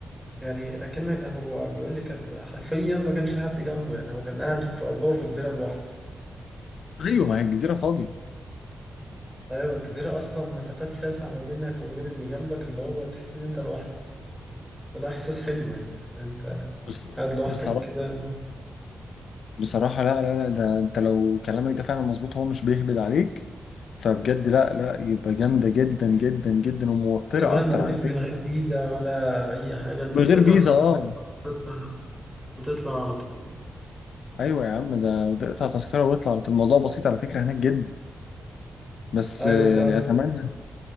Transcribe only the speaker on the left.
ايوه ما هي الجزيره فاضيه
بس
بصراحه
بصراحه لا لا لا ده انت لو كلامك ده فعلا مظبوط هو مش بيهبد عليك فبجد لا لا يبقى جامده جدا جدا جدا وموفره
اكتر
على فكره
من
غير فيزا
اه
ايوه يا عم ده ده اقطع تذكره واطلع الموضوع بسيط على فكره هناك جدا بس
آه،
يعني اتمنى